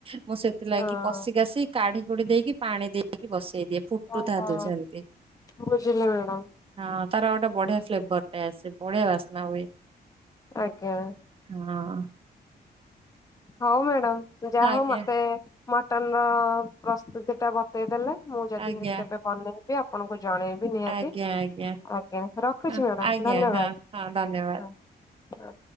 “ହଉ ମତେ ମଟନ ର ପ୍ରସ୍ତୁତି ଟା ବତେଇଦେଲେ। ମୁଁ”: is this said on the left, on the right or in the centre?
Left